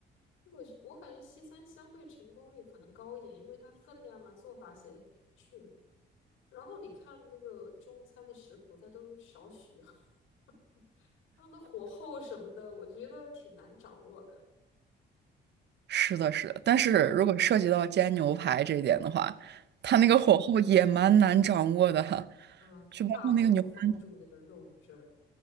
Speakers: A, on the left; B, on the right.
A: 我我感觉西餐相对成功率可能高一点，因为它分量啊、做法写的很明确。然后你看那个中餐的食谱，它都少许，<laughs> 它的火候什么的，我觉得挺难掌握的。
B: 是的，是的，但是如果涉及到煎牛排这一点的话，它那个火候也蛮难掌握的哈，
A: 嗯嗯，
B: 就包括那个牛排，
A: 大火封住那个肉汁儿。